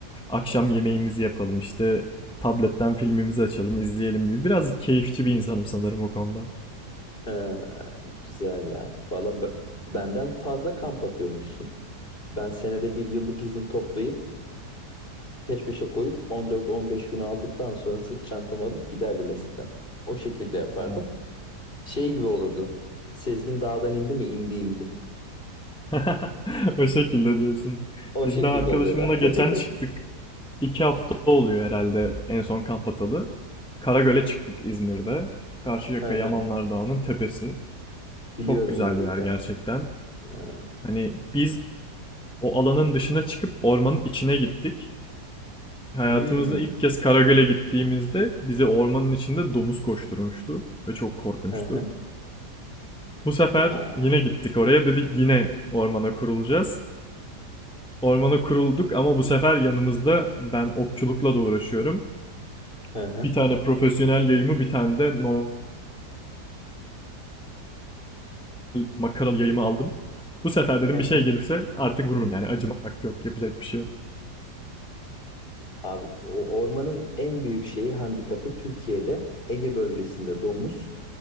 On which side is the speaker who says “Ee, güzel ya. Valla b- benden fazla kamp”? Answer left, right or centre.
Left